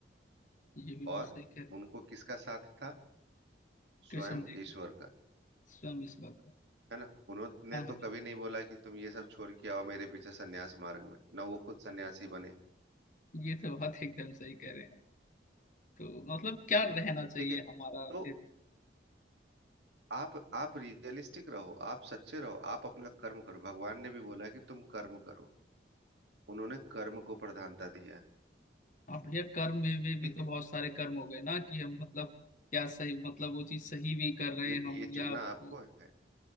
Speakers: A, on the left (about 45°); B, on the right (about 70°).
A: ये भी बात
B: और
A: सही कह रहे हैं।
B: उनको किसका साथ था स्वयं
A: कृष्ण जी का
B: ईश्वर का
A: स्वयं ईश्वर का
B: है ना उन्होंने
A: हाँ हाँ
B: तो
A: जी
B: कभी नहीं बोला कि तुम ये सब छोड़ के आओ मेरे पीछे सन्यास मार्ग में ना वो खुद सन्यासी बने
A: ये तो बात एकदम सही कह रहे हैं आप। तो मतलब क्या रहना चाहिए
B: ठीक है
A: हमारा
B: तो
A: फिर
B: आप आप रियलिस्टिक रहो आप सच्चे रहो आप अपना कर्म करो भगवान ने भी बोला है कि तुम कर्म करो उन्होंने कर्म को प्रधानता दिया है
A: आप भैया कर्म में में भी
B: ठीक
A: तो
B: है
A: बहुत सारे कर्म हो गए ना कि हम मतलब क्या सही मतलब वो चीज सही भी कर रहे
B: ये
A: हैं हम
B: ये
A: या
B: चुनना
A: वो
B: आपको है